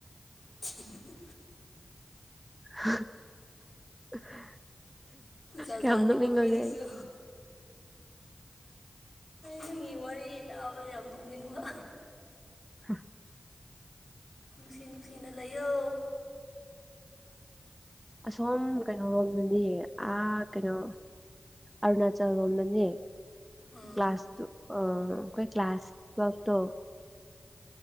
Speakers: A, on the left; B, in the centre.
A: <unintelligible>
B: <unintelligible>
A: ꯖꯥ
B: ꯀꯌꯥꯝ
A: ꯖꯥꯠꯅꯤ
B: ꯅꯣꯛꯅꯤꯡꯉꯒꯦ
A: ꯀꯣ ꯃꯤꯁꯤꯁꯨ
B: ꯑꯩ
A: ꯅꯪꯒꯤ ꯋꯥꯔꯤ ꯇꯥꯕꯗ ꯌꯥꯝ ꯅꯣꯛꯅꯤꯡꯕ
B: ꯑ
A: ꯅꯨꯡꯁꯤ ꯅꯨꯡꯁꯤꯅ ꯂꯩꯌꯣ
B: ꯑꯁꯣꯝ ꯀꯩꯅꯣꯔꯣꯝꯗꯗꯤ ꯑꯥ ꯀꯩꯅꯣ ꯑꯔꯨꯅꯥꯆꯜ ꯂꯣꯝꯗꯗꯤ
A: ꯎꯝ
B: ꯀ꯭ꯂꯥꯁ ꯇ ꯑꯩꯈꯣꯏ ꯀ꯭ꯂꯥꯁ ꯇꯋꯦꯜꯐꯇꯣ